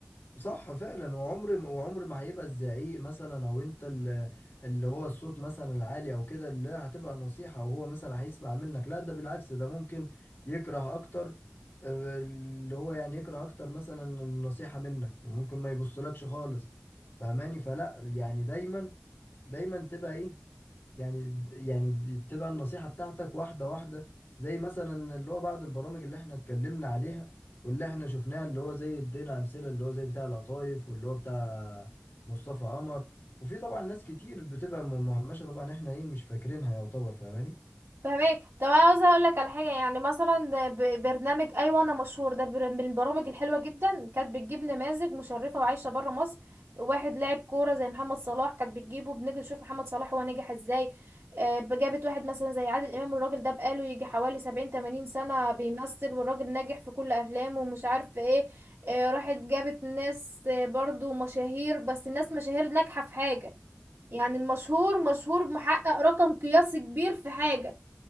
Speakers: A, on the left; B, on the right.
A: صح فعلا وعمر ما- وعمر ما هيبقى الزعيق مثلا او انت اللي, اللي هو الصوت مثلا العالي او كده اللي هتبقى نصيحة او هو مثلا هيسمع منك لا ده بالعكس ده ممكن يكره اكتر آه، اللي هو يعني يكره اكتر مثلا النصيحة منك وممكن ما يبصلكش خالص فهماني فلا يعني دايما دايما تبقى ايه يعني د- يعني دي تبقى النصيحة بتاعتك واحدة واحدة زي مثلا اللي هو بعض البرامج اللي احنا اتكلمنا عليها واللي احنا شفناها اللي هو زي ادينا أمثلة اللي هو زي بتاع القطايف واللي هو بتاع مصطفى قمر وفي طبعا ناس كتير بتبقى م- مهمشة طبعا احنا ايه مش فاكرينها يعتبر فاهماني
B: فهمك طب انا عاوزه اقول لك على حاجه يعني مثلا ب- برنامج ايوه انا مشهور ده بر- من البرامج الحلوه جدا كانت بتجيب نماذج مشرفه وعايشه بره مصر واحد لاعب كوره زي محمد صلاح كانت بتجيبه بنيجي نشوف محمد صلاح هو نجح ازاي آه، جابت واحد مثلا زي عادل امام الراجل ده بقاله يجي حوالي 70 80 سنه بيمثل والراجل ناجح في كل افلامه ومش عارف ايه آه، راحت جابت ناس آه، برضو مشاهير بس الناس مشاهير ناجحه في حاجه يعني المشهور مشهور محقق رقم قياسي كبير في حاجه